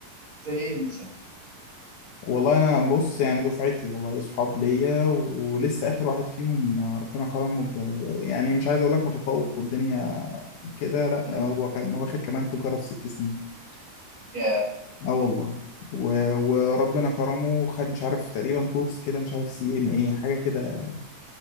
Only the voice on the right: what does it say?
زي ايه مثلا
<laughs>
يا